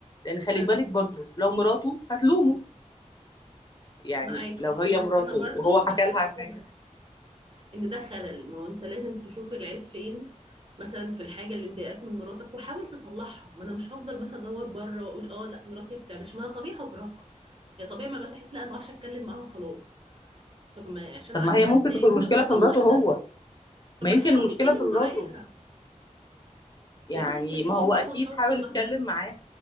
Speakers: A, on the left; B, on the right.
A: لان خلي
B: حلو
A: بالك برضو لو مراته هتلومه يعني
B: معاكي
A: لو هي
B: بس
A: مراته
B: انا برضو
A: وهو حكى
B: بحس
A: لها عن
B: ان
A: حاجه
B: ان ده خلل ما هو انت لازم تشوف العيب فين مثلا في الحاجه اللي مضايقاك من مراتك وحاول تصلحها ما انا مش هفضل مثلا ادور بره واقول اه لا مراتي ما بتعملش ما انا طبيعي هكرهها يا طبيعي مع الوقت احس لا ما بعرفش اتكلم معاها خلاص طب ما عشان
A: طب
B: عندي
A: ما هي
B: حد
A: ممكن
B: تاني
A: تكون المشكله
B: طب ما اصلح
A: في مراته هو
B: ده طب
A: ما
B: ما
A: يمكن
B: يحاول
A: المشكله
B: يتكلم
A: في مراته
B: معاها
A: يعني
B: ليه ما تتكلمش
A: ما هو
B: معاها
A: اكيد
B: وتحاول تصلح
A: حاول يتكلم
B: ده
A: معاه